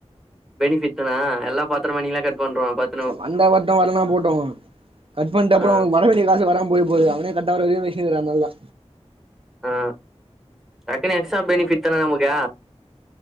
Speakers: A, in the centre; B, on the right.
A: பெனிஃபிட் தான எல்லா பத்தர மணிக்குலா கட் பண்றோ பத்
B: வந்தா வர்ட்டு வல்லனா போட்டு கட் பண்ட்டு அப்றோ
A: ஆ
B: வர வேண்டிய காசு வர போய்ர போது அவனே கட்டாவுர வரைக்கும தா <unintelligible> அதனால தா
A: ஆ டக்குனு எக்ஸ்ட்ரா பெனிஃபிட் தான நமக்கு